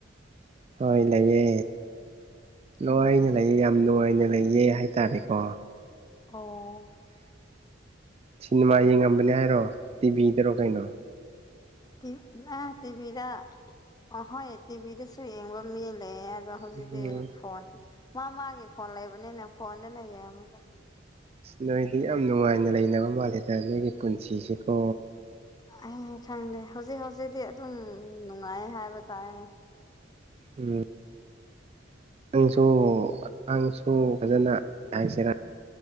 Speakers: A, on the right; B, on the left.
A: ꯍꯣꯏ ꯂꯩꯌꯦ ꯂꫭꯏꯅ
B: ꯑꯣ
A: ꯂꯩꯌꯦ ꯌꯥꯝ ꯅꯨꯡꯉꯥꯏꯅ ꯂꯩꯌꯦ ꯍꯥꯏ ꯇꯥꯔꯦꯀꯣ
B: ꯑ‌ꯣ
A: ꯁꯤꯅꯤꯃꯥ ꯌꯦꯡꯉꯝꯕꯅꯦ ꯍꯥꯏꯔꯣ ꯇꯤꯚꯤꯗꯔꯣ ꯀꯩꯅꯣ
B: ꯇꯤꯞ ꯑꯥ ꯇꯤꯚꯤꯗꯥ ꯑꯣꯍꯣꯏ ꯇꯤꯕꯤꯗꯁꯨ ꯌꯦꯡꯕ ꯃꯤ ꯂꯩꯌꯦ ꯑꯗꫭ ꯍꯨꯖꯤꯛꯇꯤ
A: ꯎꯝ
B: ꯐꯣꯟ ꯃꯥ ꯃꯥꯒꯤ ꯐꯣꯟ ꯂꯩꯕꯅꯤꯅ ꯐꯣꯟꯗꯅ ꯌꯦꯡꯉꯝꯅꯤꯗ
A: ꯅꯣꯏꯗꯤ ꯌꯥꯝ ꯅꯨꯡꯉꯥꯏꯅ ꯂꯩꯅꯕ ꯃꯥꯜꯂꯤꯗ ꯅꯣꯏꯒꯤ ꯄꯨꯟꯁꯤꯁꯦꯀꯣ
B: ꯍꯤꯜ ꯈꯪꯗꯦ ꯍꯧꯖꯤꯛ ꯍꯧꯖꯤꯛꯇꯤ ꯑꯗꯨꯝ ꯅꯨꯡꯉꯥꯏꯌꯦ ꯍꯥꯏꯕ ꯇꯥꯏꯌꯦ
A: ꯎꯝ ꯅꯪꯁꯨ
B: ꯈꯪꯗꯦ
A: ꯅꯪꯁꯨ ꯐꯖꯅ ꯍꯥꯏꯁꯤꯔꯥ